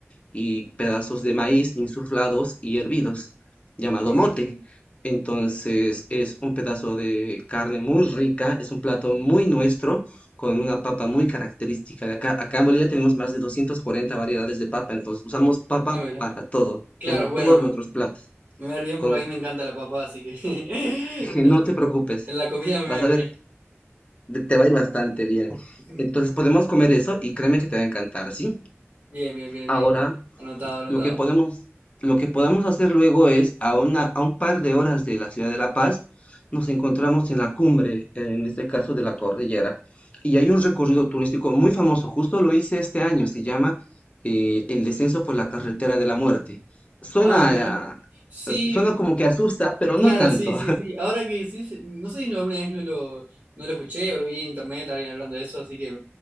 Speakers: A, on the left; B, on the right.
A: y pedazos de maíz insuflados y hervidos, llamado
B: ah, mira,
A: mote. Entonces es un pedazo de carne muy rica, es un plato muy nuestro, con una papa muy característica de acá. Acá en Bolivia tenemos más de 240 variedades de papa, entonces usamos papa
B: ah, mira.
A: para todo,
B: Claro,
A: en
B: bueno,
A: todos nuestros platos.
B: me va a ir bien
A: Con
B: porque a mí me encanta la papa, así que
A: <laughs>
B: <laughs> no,
A: que no te preocupes,
B: en la comida me
A: vas
B: va a ir
A: a ver, te va a ir bastante bien.
B: bien.
A: Entonces podemos comer eso y créeme que te va a encantar, ¿sí?
B: <laughs> Bien, bien, bien,
A: Ahora
B: bien. Anotado, anotado.
A: Lo que podemos, lo que podamos hacer luego es, a una, a un par de horas de la ciudad de La Paz, nos encontramos en la cumbre, en este caso de la cordillera. Y hay un recorrido turístico muy famoso, justo lo hice este año, se llama eh, El descenso por la carretera de la muerte. Suena,
B: Ah, mira. Sí,
A: ah, suena como que asusta, pero
B: claro,
A: no tanto.
B: sí, sí, sí. Ahora que sí, sí, no sé si no- alguna vez no lo, no lo escuché o lo vi en internet, alguien hablando de eso, así que